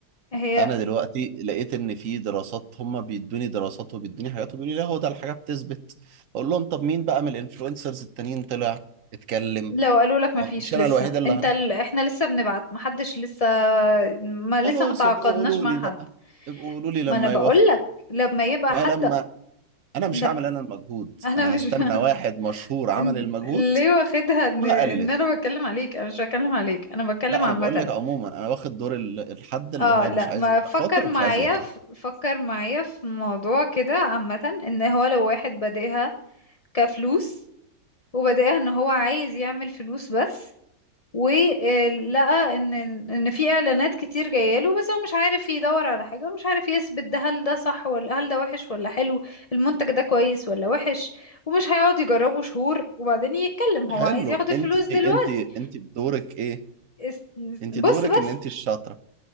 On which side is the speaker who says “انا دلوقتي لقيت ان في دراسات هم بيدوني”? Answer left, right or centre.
Right